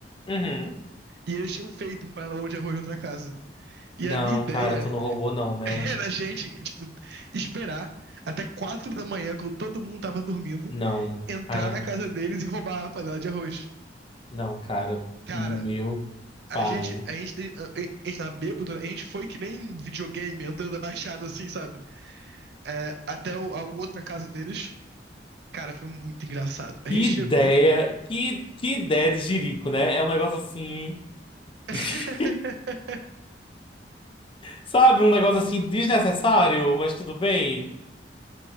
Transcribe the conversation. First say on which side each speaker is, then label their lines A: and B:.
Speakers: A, on the left; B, on the right.
A: Uhum.
B: E eles tinham feito um panelão de arroz na outra casa. E
A: Não,
B: a minha ideia
A: cara, tu não roubou não,
B: <laughs>
A: né?
B: era a gente, tipo, esperar até quatro da manhã, quando todo mundo tava dormindo,
A: Não,
B: entrar
A: cara,
B: na casa deles e roubar a panela de arroz.
A: não, cara,
B: Cara,
A: meu
B: A
A: pai.
B: gente, a gente, tem- a a gente tava bêbado, né? a gente foi que nem videogame, andando abaixado assim, sabe? É, até o- a outra casa deles. Cara, foi muito engraçado. A
A: Que
B: gente chegou.
A: ideia, que, que ideia de jirico, né? É um negócio assim,
B: <laughs>
A: <laughs> sabe, um negócio assim desnecessário, mas tudo bem.